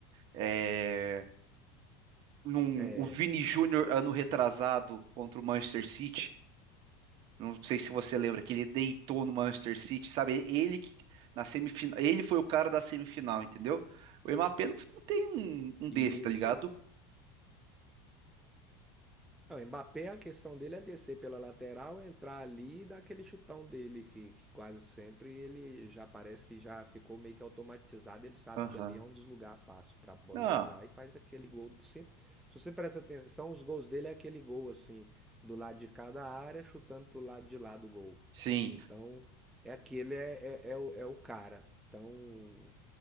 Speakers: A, on the right (about 45°); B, in the centre.
A: É, num-
B: É,
A: o Vini Júnior ano retrasado contra o Manchester City. Não sei se você lembra que ele deitou no Manchester City, sabe? Ele que na semifinal, ele foi o cara da semifinal, entendeu? O Mbappé não, não tem um, um
B: Isso.
A: desse, tá ligado?
B: Ah, o Mbappé, a questão dele é descer pela lateral, entrar ali e dar aquele chutão dele, que, que quase sempre ele já parece que já ficou meio que automatizado. Ele sabe
A: Aham.
B: que ali é um dos lugares fáceil para a bola
A: Ah,
B: entrar e faz aquele gol. Sempre, se você presta atenção, os gols dele é aquele gol assim, do lado de cada área, chutando pro lado de lá do gol.
A: sim.
B: Então, é aquele, é, é, é o, é o cara. Então,